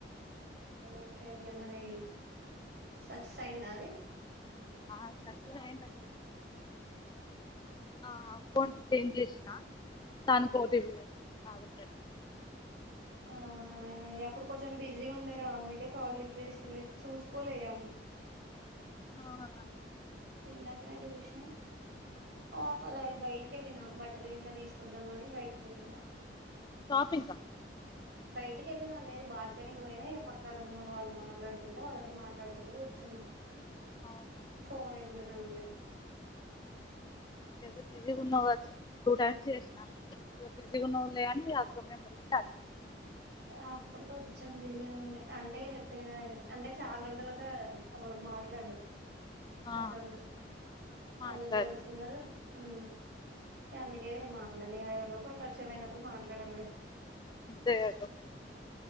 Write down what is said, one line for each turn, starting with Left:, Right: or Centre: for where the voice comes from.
Right: ఓకే ఓకే మరి సక్సస్ అయ్యిందా అది
Left: ఆ సక్సెస్ అయింద ఆ అకౌంట్ చేంజ్ చేసినా దానికి ఓ టి పీ పొయ్యింది అంతే ఆధార్ కార్డ
Right: ఆ అప్పుడు కొంచెం బిజీ ఉండే రా అందుకే కాల్ లిఫ్ట్ చేసైలె చూసుకోలేగా
Left: అవ్నా
Right: ఇందాకనే జూస్నా కావాలే బయటికి వెళ్ళినా బట్టలు గిట్ల తీసుకొద్దాము అని బయటికి వెళ్ళిన
Left: షాపింగ్ గా
Right: బయటకి వెళ్ళినా లేదు బాల్కనీకి పోయినా ఇక పక్కా రూమ్ వాళ్ళు మాట్లాడుతుంటే వాళ్ళతో మాట్లాడుకుంటూ కూర్చున్నా.
Left: అవునా
Right: ఫోన్ ఎం లేదా ఉన్డాయ్
Left: ఏదో బిజీ ఉన్నా కవచ్చు టూ టైమ్స్ చేసినా బిజీ ఉన్నవ్ లే అని అ మెంబర్ పెట్టి <inaudible>
Right: అప్పుడు కొంచెం బిజీగా ఉండే అంటే చెప్పిన అంటే చాలా రోజుల తర్వాత ఒకడ్ మాట్లాడిన్
Left: ఆ
Right: పక్కారు
Left: మాట్లాడలే
Right: వాళ్ళ గర్ల్స్ ఉన్నారు ఊ అందుకే మాట్లాడని ఎవరో ఒకరు పరిచయం అయినప్పుడు మాట్లాడాలిగా
Left: అంతే కదా